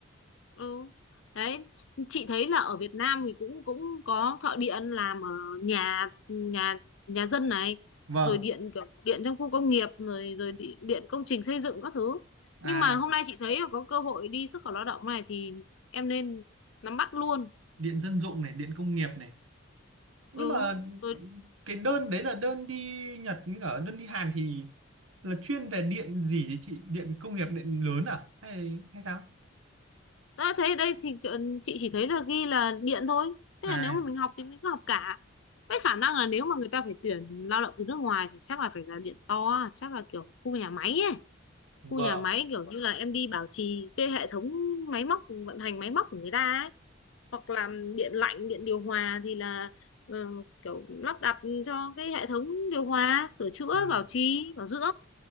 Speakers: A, on the left; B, on the right.
A: Ừ. Đấy, chị thấy là ở Việt Nam thì cũng cũng có thợ điện làm ở nhà nhà nhà dân này,
B: Vâng,
A: rồi điện kiểu điện trong khu công nghiệp rồi rồi điện, điện công trình xây dựng các thứ.
B: à
A: Nhưng mà hôm nay chị thấy là có cơ hội đi xuất khẩu lao động này thì em nên nắm bắt luôn.
B: điện dân dụng này, điện công nghiệp này. Nhưng
A: Ừ.
B: mà
A: Rồi
B: cái đơn đấy là đơn đi Nhật với cả đơn đi Hàn thì là chuyên về điện gì đấy chị? Điện công nghiệp điện lớn à hay hay sao?
A: ta thấy ở đây thì chợ- chị chỉ thấy là ghi là điện thôi. Thế
B: À
A: là nếu mà mình học thì mình cứ học cả. Với khả năng là nếu mà người ta phải tuyển lao động từ nước ngoài thì chắc là phải là điện to, chắc là kiểu khu nhà máy ấy.
B: vâng.
A: khu nhà máy kiểu như là em đi bảo trì cái hệ thống máy móc vận hành máy móc của người ta ấy hoặc là điện lạnh điện điều hòa thì là ờ, kiểu lắp đặt cho cái hệ thống điều hòa sửa chữa
B: À.
A: bảo trì bảo dưỡng